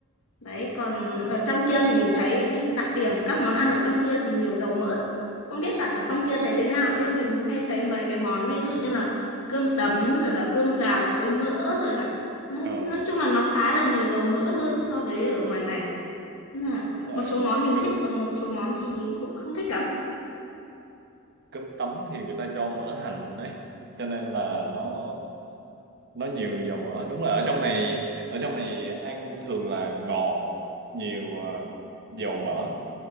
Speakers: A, on the left; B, on the right.
A: Đấy, còn ở trong kia thì mình thấy cái đặc điểm các món ăn ở trong kia thì nhiều dầu mỡ. Không biết bạn ở trong kia thấy thế nào chứ mình hay thấy mấy cái món ví dụ như là cơm tấm rồi là cơm gà xối mỡ rồi là ừ,
B: ờ
A: nói chung là nó khá là nhiều dầu mỡ hơn so với ở ngoài này. Nên là
B: đúng rồi
A: một số món mình
B: cơm
A: thích còn một số món thì cũng không thích lắm.
B: cơm tấm thì người ta cho mỡ hành đấy cho nên là nó nó nhiều dầu mỡ đúng là ở trong này ở trong này ăn thường là ngọt nhiều ờ, dầu mỡ